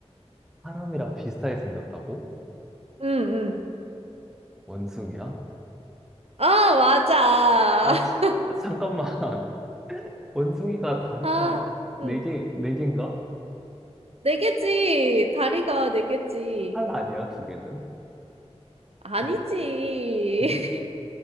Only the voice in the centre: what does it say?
사람이랑 비슷하게 생겼다고?
원숭이야?
아, 지-
잠깐만. <laughs> 원숭이가 다리가
네
개, 네 개인가?
팔 아니야, 두 개는?
아, 그래?